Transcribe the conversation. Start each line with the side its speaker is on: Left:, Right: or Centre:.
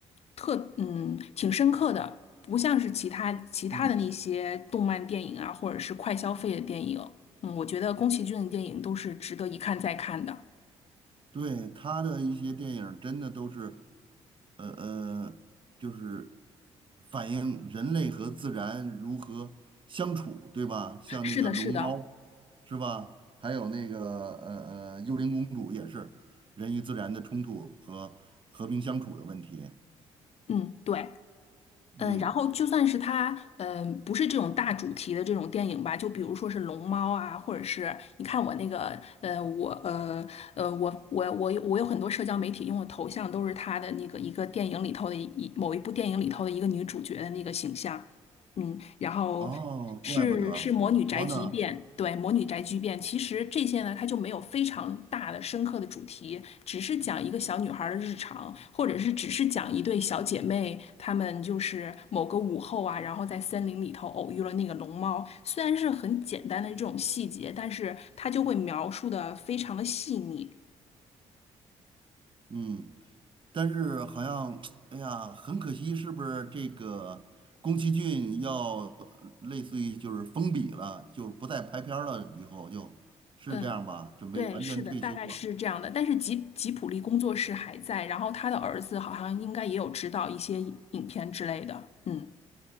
Left: 特嗯挺深刻的，不像是其他其他的那些动漫电影啊，
Right: 嗯。
Left: 或者是快消费的电影。嗯，我觉得宫崎骏的电影都是值得一看再看的。
Right: 对，他的一些电影真的都是，呃呃，就是反映人类和自然如何相处，对吧？像那个龙猫，
Left: 是的，是的，
Right: 是吧？还有那个呃呃，幽灵公主也是人与自然的冲突和和平相处的问题。
Left: 嗯，对，
Right: 嗯，
Left: 嗯，然后就算是他，嗯，不是这种大主题的这种电影吧，就比如说是龙猫啊，或者是你看我那个，呃，我呃呃，我我我我有很多社交媒体用的头像都是他的那个一个电影里头的一某一部电影里头的一个女主角的那个形象。嗯，然后
Right: 哦，
Left: 是是魔女宅急便，
Right: 怪不得我说呢，
Left: 对，魔女宅急便。其实这些呢，它就没有非常大的深刻的主题，只是讲一个小女孩儿的日常，或者是只是讲一对小姐妹，她们就是某个午后啊，然后在森林里头偶遇了那个龙猫。虽然是很简单的这种细节，但是它就会描述的非常的细腻。
Right: 嗯，但是好像，<tsk> 哎呀，很可惜，是不是这个宫崎骏要类似于就是封笔了，就是不再拍片儿了，以后就是这样吧，
Left: 嗯。
Right: 准备完全退休了。
Left: 对，是的，大概是这样的。但是吉吉普力工作室还在，然后他的儿子好像应该也有指导一些影片之类的。嗯